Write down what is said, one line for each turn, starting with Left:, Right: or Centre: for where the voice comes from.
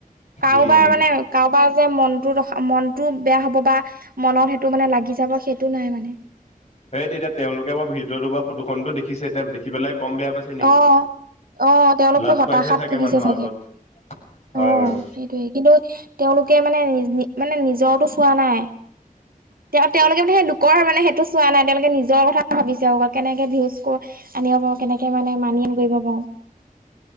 Right: কাৰোবাৰ
Left: উম।
Right: মানে কাৰোবাৰ যে মনটো ৰখ মনতো বেয়া হ'ব বা মনত সেইটো মানে লাগি যাব সেইটো নাই মানে
Left: সেই তেতিয়া তেওঁলোকে মই ভিডিঅ' টো বা ফটোখনন ো দেখিছে এতিয়া দেখি পেলাই কম বেয়া পাইছে নেকি?
Right: অ অ তেওঁলোকতো
Left: লাজ
Right: হতাশাত
Left: পাইছে
Right: ভুগিছে
Left: মানুহৰ
Right: চাগে
Left: আগত হয়
Right: অ
Left: বাৰু।
Right: সেইটয়ে কিন্তু তেওঁলোকে মানে নি মানে নিজৰটো চোৱা নাই তেওঁ তেওঁলোকে মানে সেই লোকৰ মানে সেইটো চোৱা নাই তেওঁলোকে নিজৰ কথা ভাবিছে অকল কেনেকে ভউজো আনিব পাৰ কেনেকে মানে মানিয়ন কৰিব পাৰো